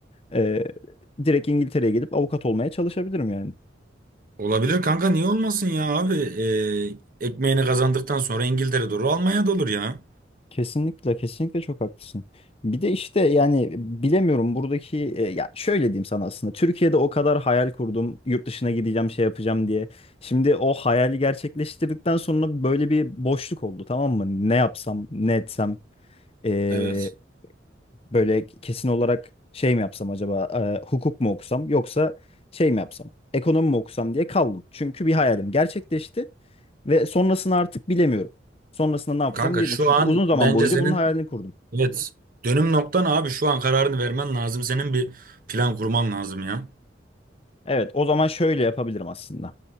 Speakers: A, on the left; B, on the right.
A: e, direkt İngiltere'ye gelip avukat olmaya çalışabilirim yani.
B: Olabilir kanka niye olmasın ya abi. Ee, ekmeğini kazandıktan sonra İngiltere olur, Almanya'da olur ya.
A: Kesinlikle kesinlikle çok haklısın. Bir de işte yani bilemiyorum buradaki e, ya şöyle diyeyim sana aslında Türkiye'de o kadar hayal kurdum yurt dışına gideceğim şey yapacağım diye. Şimdi o hayali gerçekleştirdikten sonra böyle bir boşluk oldu tamam mı? Ne yapsam ne etsem e,
B: Evet.
A: böyle kesin olarak şey mi yapsam acaba e, hukuk mu okusam yoksa şey mi yapsam ekonomi mi okusam diye kaldım. Çünkü bir hayalim gerçekleşti ve sonrasını artık bilemiyorum. Sonrasında ne yapacağım
B: Kanka
A: diye
B: şu
A: mi Çünkü
B: an
A: uzun zaman
B: bence
A: boyunca
B: senin
A: bunun hayalini kurdum.
B: evet dönüm noktan abi şu an kararını vermen lazım. Senin bir plan kurman lazım ya.
A: Evet, o zaman şöyle yapabilirim aslında.